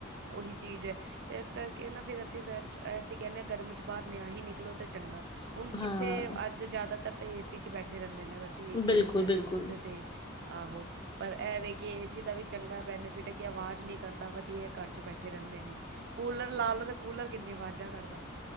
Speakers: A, on the right; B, on the left.
A: ਉਹੀ ਚੀਜ਼ ਹੈ ਅਤੇ ਇਸ ਕਰਕੇ ਨਾ ਫਿਰ ਅਸੀਂ ਸਰ 'ਚ ਅਸੀਂ ਕਹਿੰਦੇ ਹਾਂ ਗਰਮੀ 'ਚ ਬਾਹਰ ਨਾ ਹੀ ਨਿਕਲੋ ਤਾਂ ਚੰਗਾ ਹੁਣ
B: ਹਾਂ
A: ਕਿੱਥੇ ਅੱਜ ਜਿਆਦਾਤਰ ਤੇ ਏ ਸੀ ਚ ਬੈਠੇ ਰਹਿੰਦੇ ਨੇ ਬੱਚੇ ਏ ਸੀ
B: ਬਿਲਕੁਲ
A: ਹੋ ਗਿਆ
B: ਬਿਲਕੁਲ
A: ਤਾਂ ਹੁਣ ਤੇ ਤੇ ਆਹੋ ਪਰ ਇਹਵੇ ਕਿ ਇਸ ਦਾ ਵੀ ਚੰਗਾ ਬੈਨੀਫਿਟ ਹੈ ਕਿ ਆਵਾਜ਼ ਨਹੀਂ ਕਰਦਾ ਵਧੀਆ ਘਰ ਚ ਬੈਠੇ ਰਹਿੰਦੇ ਨੇ ਕੂਲਰ ਲਾ ਲੋੋ ਤੇ ਕੂਲਰ ਕਿੰਨੀ ਵਾਜ਼ਾਂ ਕਰਦਾ